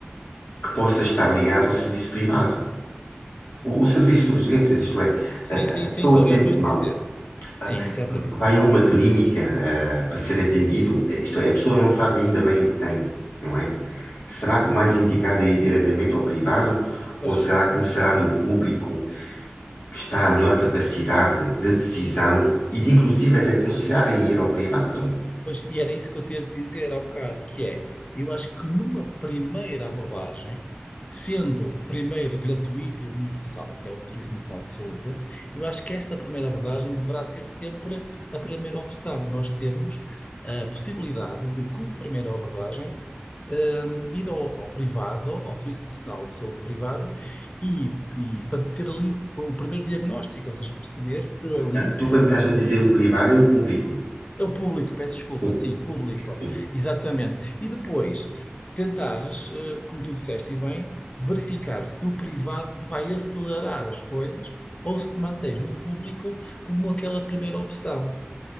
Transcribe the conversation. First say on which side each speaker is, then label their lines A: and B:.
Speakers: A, on the left; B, on the left.
A: que possa estar ligado ao serviço privado. O, o serviço
B: mas
A: de
B: por-
A: urgências, isto é,
B: sim,
A: a, a-
B: sim,
A: a
B: sim,
A: pessoa
B: tô-
A: sente-se
B: eu estou a entender.
A: mal, eh,
B: Sim, exatamente.
A: vai a uma clínica, eh, para ser atendido, eh, isto é, a pessoa não sabe ainda bem o que tem, não é? Será que o mais indicado é ir diretamente ao privado?
B: Pois,
A: Ou será que começará no público? que está à melhor capacidade de decisão e de inclusive até aconselharem ir ao privado.
B: Pois, e era isso que eu tinha de dizer há bocado, que é, eu acho que numa primeira abordagem, sendo primeiro gratuita e universal, que é o Serviço Nacional de Saúde, eu acho que esta primeira abordagem deverá ser sempre a primeira opção. Nós termos a possibilidade de, como primeira abordagem, hum, ir ao, ao privado, ao Serviço Nacional de Saúde Privado, e, e fazer, ter ali o, o primeiro diagnóstico, ou seja, perceber se ali
A: Ah, Tu quando estás a dizer o privado é o público.
B: é o público, peço desculpa,
A: Sim,
B: sim, público,
A: sim,
B: exatamente. E depois tentares, eh, como tu disseste e bem, verificar se o privado te vai acelerar as coisas ou se te mantens no público como aquela primeira opção.